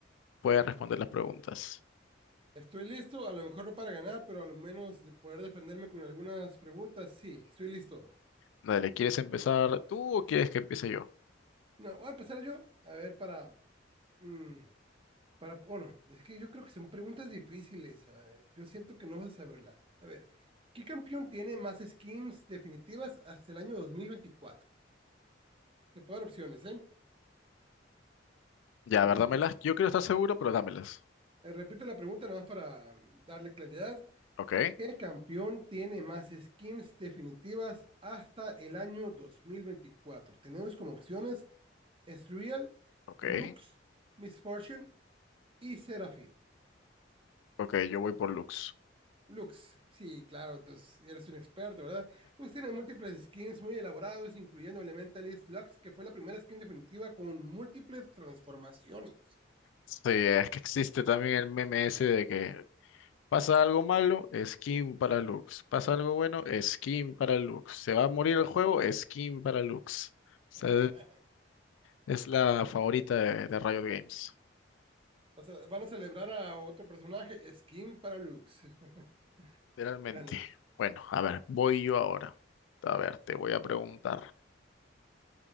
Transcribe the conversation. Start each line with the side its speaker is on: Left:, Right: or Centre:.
Left: puedas responder las preguntas.
Right: Estoy listo, a lo mejor no para ganar, pero a lo menos de poder defenderme con algunas preguntas. Sí, estoy listo.
Left: Dale, ¿quieres empezar tú o quieres que empiece yo?
Right: No, voy a empezar yo. A ver, para mm, Para, bueno, es que yo creo que son preguntas difíciles. eh, Yo siento que no vas a saberla. A ver, ¿qué campeón tiene más skins definitivas hasta el año 2024? Te puedo dar opciones, ¿eh?
Left: Ya,
Right: Te
Left: a ver,
Right: repito,
Left: dámelas. Yo quiero estar seguro, pero dámelas.
Right: te repito la pregunta nada más para darle claridad.
Left: Ok,
Right: ¿Qué campeón tiene más skins definitivas hasta el año 2024? Tenemos como opciones Ezreal,
Left: ok,
Right: Lux, Misfortune y Seraphine.
Left: ok, yo voy por Lux.
Right: Lux, sí, claro, entonces eres un experto, ¿verdad? Lux tiene múltiples skins muy elaborados, incluyendo Elementalist Lux, que fue la primera skin definitiva con múltiples transformaciones.
Left: Sí, es que existe también el meme ese de que pasa algo malo, skin para Lux. Pasa algo bueno, skin para Lux. Se va a morir el juego, skin para Lux. O sea,
Right: <laughs>
Left: es la favorita de, de Riot Games,
Right: O sea, van a celebrar a otro personaje, skin para Lux. <laughs>
Left: literalmente.
Right: Bueno,
Left: Bueno, a ver, voy yo ahora. A ver, te voy a preguntar.